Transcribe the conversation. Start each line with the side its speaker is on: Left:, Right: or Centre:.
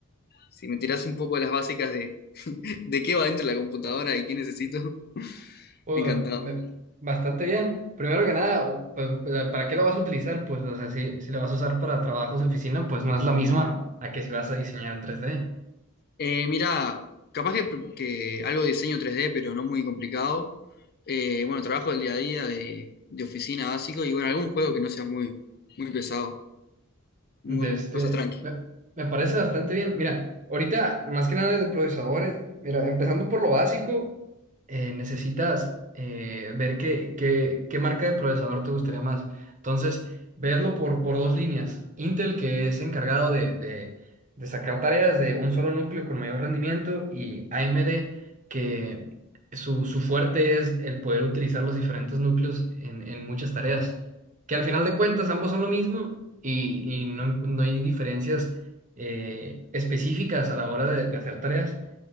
Left: si me tirás un poco las básicas de, <laughs> de qué va dentro de la computadora y qué necesito, <laughs>
Right: Pues,
Left: encantado.
Right: me- bastante bien. Primero que nada, u- pues, la- ¿para qué lo vas a utilizar? Pues, o sea, si, si lo vas a usar para trabajos de oficina, pues no es la misma a que si vas a diseñar en tres d
Left: Eh, mira, capaz que, que algo de diseño 3D, pero no muy complicado. Eh, bueno, trabajo del día a día de, de oficina básico y bueno, algún juego que no sea muy, muy pesado, muy,
Right: De este,
Left: cosas tranqui.
Right: me, me parece bastante bien. Mira, ahorita, más que nada de procesadores, mira, empezando por lo básico, eh, necesitas eh, ver qué, qué, qué marca de procesador te gustaría más. Entonces, verlo por, por dos líneas. Intel, que es encargado de, de, de sacar tareas de un solo núcleo con mayor rendimiento, y AMD, que su, su fuerte es el poder utilizar los diferentes núcleos en, en muchas tareas que al final de cuentas ambos son lo mismo, y, y no, no hay diferencias eh, específicas a la hora de, de hacer tareas.